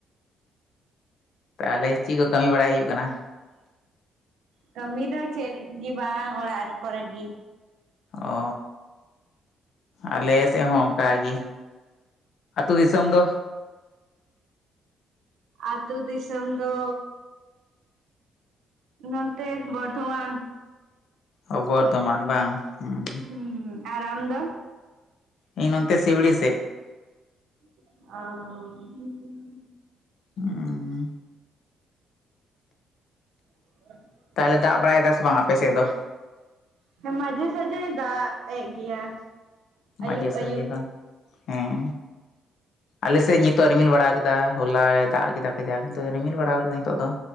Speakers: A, on the left (about 70°); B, on the right (about 80°).
A: ᱛᱟᱦᱚᱞᱮ ᱪᱮᱫ ᱠᱚ ᱠᱟᱹᱢᱤ ᱵᱟᱲᱟᱭ ᱦᱩᱭᱩᱜ ᱠᱟᱱᱟ
B: ᱠᱟᱹᱢᱤ ᱫᱚ ᱪᱮᱫ ᱜᱮ ᱵᱟᱝ ᱚᱲᱟᱜ ᱠᱚᱨᱮ ᱜᱮ
A: ᱚ ᱟᱞᱮ ᱥᱮᱫ ᱦᱚᱸ ᱚᱱᱠᱟᱜᱮ ᱟᱹᱛᱩ ᱫᱤᱥᱚᱢ ᱫᱚ
B: ᱟᱹᱛᱩ ᱫᱤᱥᱚᱢ ᱫᱚ ᱱᱚᱱᱛᱮ ᱵᱚᱨᱫᱷᱚᱢᱟᱱ
A: ᱚ ᱵᱚᱨᱫᱷᱚᱢᱟᱱ ᱵᱟᱝ ᱦᱩᱸ
B: ᱦᱩᱸ ᱟᱨ ᱟᱢ ᱫᱚ
A: ᱤᱧ ᱱᱚᱱᱛᱮ ᱥᱤᱣᱲᱤ ᱥᱮᱫ
B: ᱚ
A: ᱦᱩᱸ
B: <unintelligible>
A: ᱛᱟᱦᱚᱞᱮ ᱫᱟᱜ ᱵᱟᱲᱟᱭ ᱫᱟᱭ ᱥᱮ ᱵᱟᱝ ᱟᱯᱮ ᱥᱮᱫ ᱫᱚ
B: ᱦᱮ ᱢᱟᱡᱷᱮ ᱥᱟᱡᱮ ᱫᱟᱜ ᱮᱫ ᱜᱮᱭᱟ ᱟᱹᱭᱩᱵ
A: ᱢᱟᱡᱷᱮ ᱥᱟᱡᱷᱮ
B: ᱟᱹᱭᱩᱵ᱾
A: ᱵᱟᱝ ᱦᱮᱸ ᱟᱞᱮᱥᱮᱫ ᱱᱤᱛᱚᱜ ᱨᱤᱢᱤᱞ ᱵᱟᱲᱟ ᱠᱟᱫᱟ ᱦᱚᱞᱟᱭ ᱫᱟᱜ ᱠᱮᱫᱟ ᱠᱟᱡᱟᱠ ᱱᱤᱛᱚᱜ ᱨᱤᱢᱤᱞ ᱵᱟᱲᱟ ᱟᱠᱟᱫᱟᱭ ᱱᱤᱛᱚᱜ ᱫᱚ